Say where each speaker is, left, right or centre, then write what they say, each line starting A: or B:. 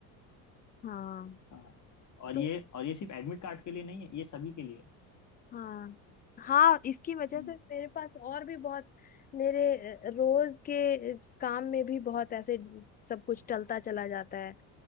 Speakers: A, on the left; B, on the left.
A: हाँ
B: हाँ और
A: तो
B: ये और ये सिर्फ एडमिट कार्ड के लिए नहीं है ये सभी के लिए है।
A: हाँ हाँ इसकी वजह
B: हम्म
A: से मेरे पास और भी बहुत मेरे अ, रोज के अ, काम में भी बहुत ऐसे सब कुछ चलता चला जाता है